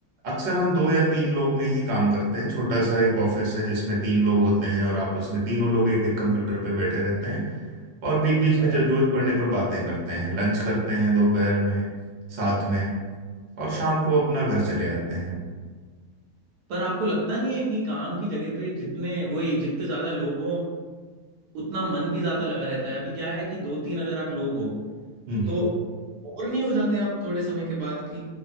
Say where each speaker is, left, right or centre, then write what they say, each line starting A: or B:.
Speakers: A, on the right (about 55°); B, on the right (about 85°).
A: अक्सर हम दो या तीन लोग में ही काम करते हैं छोटा सा एक ऑफिस है जिसमें तीन लोग होते हैं और आपस में तीनों लोग एक एक कंप्यूटर पे बैठे रहते हैं और बीच
B: अच्छा
A: बीच में जरूरत पड़ने पर बातें करते हैं लंच करते हैं दोपहर में साथ में और शाम को अपना घर चले आते हैं
B: पर आपको लगता नहीं है कि काम की जगह पे जितने वही जितने ज्यादा लोग हो उतना मन भी ज्यादा लगा रहता है अभी क्या है कि दो तीन अगर आप लोग हो
A: हम्म
B: तो
A: हम्म।
B: बोर नहीं हो जाते आप थोड़े समय के बाद कि